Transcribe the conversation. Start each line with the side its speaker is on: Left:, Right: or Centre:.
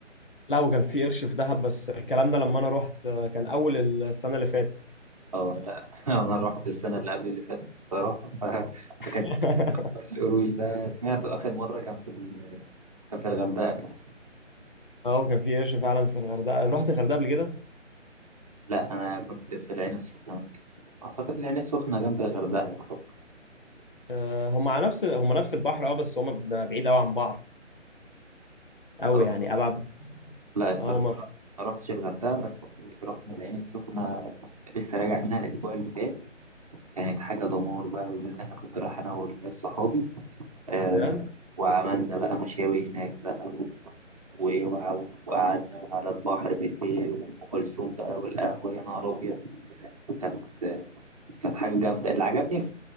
Left: لا وكان في قرش في دهب بس الكلام ده لما أنا رحت آه، كان أول السنة اللي فاتت
Right: أو لا <laughs> أنا رحت السنة اللي قبل اللي فاتت الصراحة
Left: <laughs>
Right: فكان القروي ده سمعته آخر مرة كان في ال... كان في الغردقة بس
Left: أه وكان في قرش فعلا في الغردقة رحت الغردقة قبل كده
Right: لا أنا كنت في العين السخنة أعتقد العين السخنة جنب الغردقة يعتبر
Left: آه، هم على نفس هم نفس البحر اه بس هم ب- بعيد قوي عن بعض قوي
Right: أه،
Left: يعني ابعد
Right: لا الصراحة
Left: اه هم في
Right: ما رحتش الغردقة بس رحنا العين السخنة لسه راجع منها الأسبوع اللي فات كانت حاجة دمار بقى بالذات أنا كنت رايح أنا والعيال صحابي آه
Left: السودان
Right: وعملنا بقى مشاوي هناك بقى وقع- وقعدنا على البحر بالليل وأم كلثوم بقى والقهوة يا نهار أبيض كانت كانت حاجة جامدة اللي عجبني في